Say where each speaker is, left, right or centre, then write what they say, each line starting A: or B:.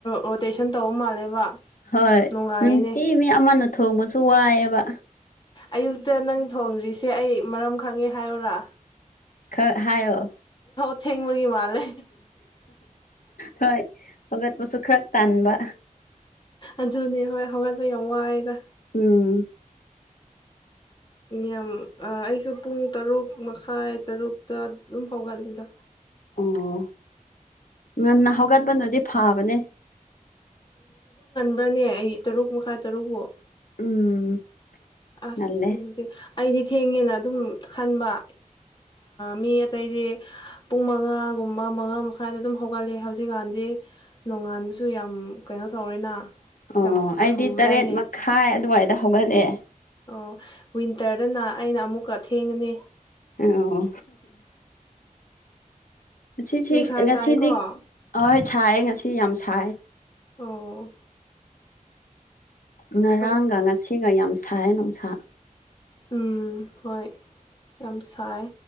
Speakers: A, on the left; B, on the left.
A: ꯔꯣꯇꯦꯁꯟ ꯇꯧꯕ ꯃꯥꯜꯂꯦꯕ
B: ꯍꯣꯏ
A: ꯅꯨꯡꯉꯥꯏꯌꯦꯅꯦ
B: ꯅꯨꯡꯇꯤ ꯃꯤ ꯑꯃꯅ ꯊꯣꯡꯕꯁꯨ ꯋꯥꯏꯑꯦꯕ
A: ꯑꯌꯨꯛꯇ ꯅꯪ ꯊꯣꯡ꯭ꯔꯤꯁꯦ ꯑꯩ ꯃꯔꯝ ꯈꯪꯉꯦ ꯍꯥꯏꯔꯔꯥ
B: ꯈ ꯍꯥꯏꯣ
A: ꯊꯦꯡꯕꯒꯤ ꯃꯥꯜꯂꯦ
B: ꯍꯣꯏ ꯍꯒꯠ ꯄꯆ ꯈꯔꯛ ꯇꯥꯟꯕ ꯋꯥ
A: ꯑꯗꯨꯅꯤ ꯍꯣꯏ ꯍꯧꯒꯠꯄ ꯌꯥꯝ ꯋꯥꯏꯑꯦꯗ
B: ꯎꯝ
A: ꯌꯥꯝ ꯑꯩꯁꯨ ꯄꯨꯡ ꯇꯔꯨꯛ ꯃꯈꯥꯏ ꯇꯔꯨꯛꯇ ꯑꯗꯨꯝ ꯐꯥꯎꯒꯠꯂꯤꯗ
B: ꯑꯣ ꯉꯟꯅ ꯍꯧꯒꯠꯄꯅꯗꯤ ꯐꯕꯅꯦ
A: ꯑꯃꯅꯦ ꯑꯩ ꯇꯔꯨꯛ ꯃꯈꯥ ꯇꯔꯨꯛꯐꯥꯎ
B: ꯎꯝ
A: ꯑꯁ
B: ꯉꯜꯂꯦ
A: ꯑꯗꯨꯗꯤ ꯑꯩꯗꯤ ꯊꯦꯡꯉꯦꯅ ꯑꯗꯨꯝ ꯈꯟꯕ ꯃꯤ ꯑꯇꯩꯗꯤ ꯄꯨꯡ ꯃꯉꯥꯒꯨꯝꯕ ꯑꯃ ꯃꯉꯥ ꯃꯈꯥꯏꯗ ꯑꯗꯨꯝ ꯍꯧꯒꯠꯂꯦ ꯍꯧꯖꯤꯛꯀꯥꯟꯗꯤ ꯅꯣꯡꯉꯥꯟꯕꯁꯨ ꯌꯥꯝ ꯀꯩꯅꯣ ꯇꯧꯔꯦꯅ
B: ꯑꯣ
A: ꯌꯥꯝ
B: ꯑꯩꯗꯤ
A: ꯊꯨꯗꯥꯏꯅꯦ
B: ꯇꯔꯦꯠ ꯃꯈꯥꯏ ꯑꯗꯨꯋꯥꯏꯗ ꯍꯧꯒꯠꯂꯑꯦ
A: ꯑꯣ ꯋꯤꯟꯇꯔꯗꯅ ꯑꯩꯅ ꯑꯃꯨꯛꯀ ꯊꯦꯡꯒꯅꯤ
B: ꯑꯣ ꯉꯁꯤꯁꯤ
A: ꯅꯨꯡꯁꯥ
B: ꯉꯁꯤꯗꯤ
A: ꯁꯥꯏꯀꯣ
B: ꯑꯣꯏ ꯁꯥꯏ ꯉꯁꯤ ꯌꯥꯝ ꯁꯥꯏ
A: ꯑꯣ
B: ꯉꯔꯥꯡꯒ
A: ꯍꯣꯏ
B: ꯉꯁꯤꯒ ꯌꯥꯝ ꯁꯥꯏ ꯅꯨꯡꯁꯥ
A: ꯎꯝ ꯍꯣꯏ ꯌꯥꯝ ꯁꯥꯏ